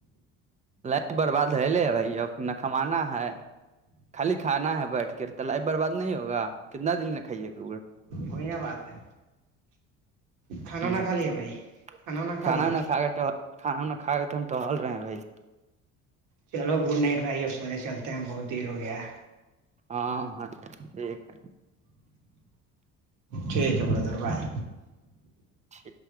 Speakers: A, on the right; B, on the right.
A: ل برباد ہے لے بھائی اب نہ کمانا ہے خالی کھانا ہے بیٹھ کے تلائی برباد نہیں ہوگا کتنا دن میں کھائیے گ
B: وہی نا بات ہے کھانا
A: ہ
B: وانا کھا لیا بھائی وانا
A: کھانا
B: لیا
A: ہوناا کھا گا تو کھانا وانا کھا گئے تو ہم ٹ ہل رہے ہیں بھائی
B: چلو گڈ نائٹ بھائی اب سونے چلتے ہیں بہت دیر ہو گیا
A: ہاں ہاں ٹھیک ہے
B: ٹھیک ہے برادر بائے
A: ٹھیک